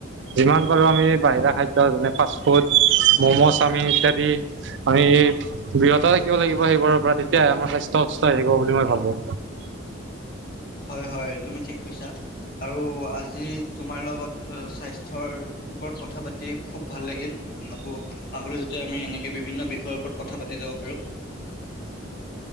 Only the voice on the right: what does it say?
যিমান পাৰো আমি বাহিৰা খাদ্য যেনে ফাষ্ট ফুড মম'জ আমি ইত্যাদি আমি বিৰত থাকিব লাগিব সেইবোৰৰ পৰা তেতিয়াহে আমাৰ স্বাস্থ্য সুস্থ হৈ থাকিব বুলি মই ভাবো।